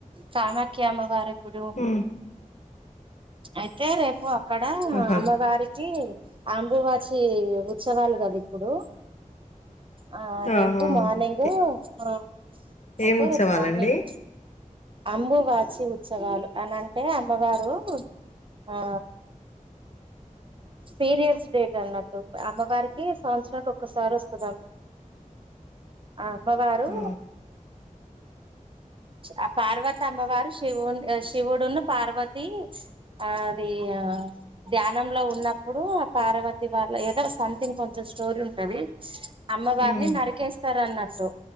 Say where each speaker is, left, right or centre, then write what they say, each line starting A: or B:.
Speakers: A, on the right; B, on the left.
A: కామాక్య అమ్మ గారి గుడ్
B: హ్మ్.
A: అయితే రేపు అక్కడ
B: ఆహా
A: అమ్మవారికి కి అంబువాచి ఉత్సవాలు కదా ఇప్పుడు ఆ రేపు
B: ఆహా
A: మార్నింగ్
B: ఏ
A: మనం అయితే
B: ఏం ఉత్సవాలండి
A: రేపు మార్నింగ్ అంబు వాచి ఉత్సవాలు అని అంటే అమ్మవారు ఆ పీరియర్స్ డేట్ అన్నట్టు అమ్మవారికి సంవత్సరానికి ఒక్కసారి వస్తుందాం ఆ అమ్మవారు
B: ఆ!
A: ఆ పార్వత అమ్మవారు షి శివు శివుడును పార్వతి అ అది ధ్యానంలో ఉన్న ఇప్పుడు ఆ పార్వతి వాళ్ళ ఏదో సంథింగ్ కొంచెం స్టోరీ ఉంటది అమ్మవారిని
B: హ్మ్.
A: నరికేస్తారు అన్నట్టు